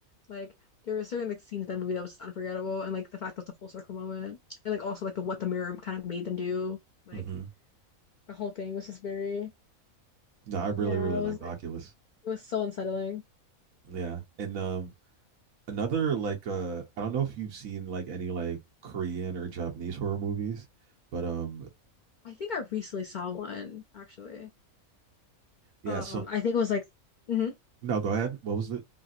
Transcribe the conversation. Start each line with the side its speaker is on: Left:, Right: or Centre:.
Left: Like there were certain like scenes in that movie that was just unforgettable, and like the fact that it's a full circle moment, and like also like the what the mirror kind of made them do, like
Right: Mm-hmm.
Left: the whole thing was just very
Right: no i really
Left: yeah,
Right: really
Left: it
Right: liked
Left: was
Right: oculus
Left: it was so unsettling.
Right: yeah and um another like uh i don't know if you've seen like any like korean or japanese horror movies but um
Left: I think I recently saw one actually.
Right: yeah
Left: Um,
Right: so
Left: I think it was like hmm
Right: no go ahead what was it